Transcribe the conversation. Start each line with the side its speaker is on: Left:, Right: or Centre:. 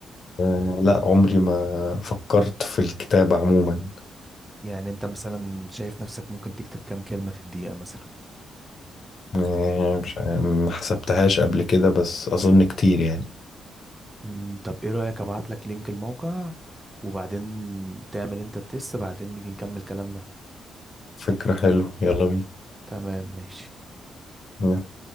Left: آه، لا عمري ما فكرت في الكتابة عموما
Right: يعني انت مثلا شايف نفسك ممكن تكتب كام كلمة في الدقيقة مثلا
Left: آه، مش ع- ما حسبتهاش قبل كده بس أظن كتير يعني
Right: مم، طب ايه رأيك ابعت لك لينك الموقع وبعدين تعمل انت التست بعدين نيجي نكمل كلامنا
Left: فكرة حلوة يلا
Right: تمام ماشي
Left: بينا